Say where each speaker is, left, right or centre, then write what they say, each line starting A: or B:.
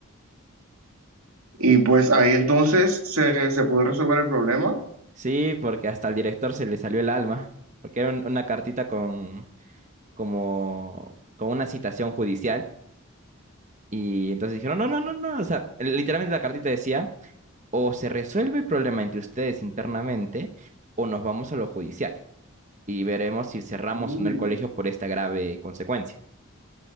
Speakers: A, on the right (about 80°); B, on the right (about 35°).
A: Y pues ahí entonces se, se pudo resolver el problema.
B: Sí, porque hasta al director se le salió el alma, porque era un- una cartita con, como, con una citación judicial. Y entonces dijeron, no, no, no, no, o sea, literalmente la cartita decía, o se resuelve el problema entre ustedes internamente, o nos vamos a lo judicial. y veremos si cerramos
A: Uy,
B: o no el colegio por esta grave consecuencia.